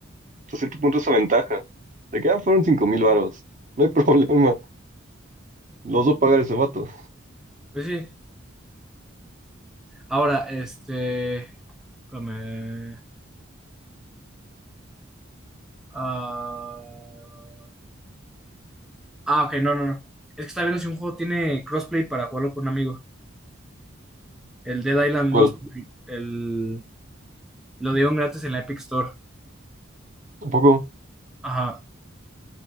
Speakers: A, on the right (about 40°); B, in the centre.
A: cierto punto, esa ventaja. De que, ah, fueron cinco mil varos. No hay <laughs> problema. Los dos pagar ese vato.
B: Pues sí. Ahora, este. espérame, ah, ah, ok, no, no, no. Es que está viendo si un juego tiene crossplay para jugarlo con un amigo. El Dead Island
A: ¿Cuál?
B: dos el, lo dieron gratis en la Epic Store.
A: ¿Tampoco?
B: Ajá.